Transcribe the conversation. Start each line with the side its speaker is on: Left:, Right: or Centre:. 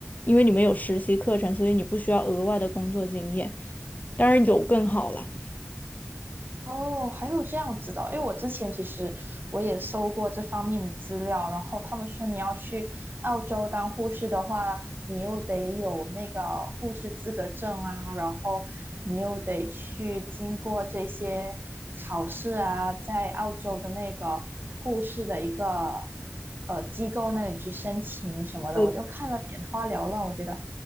Left: 因为你们有实习课程，所以你不需要额外的工作经验。当然有更好啦，
Right: 哦，还有这样子的哦，因为我之前其实我也搜过这方面的资料，然后他们说你要去澳洲当护士的话，你又得有那个护士资格证啊，然后你又得去经过这些考试啊，在澳洲的那个护士的一个呃机构那里去申请什么的，
Left: 呃，
Right: 我就看了眼花缭乱，我觉得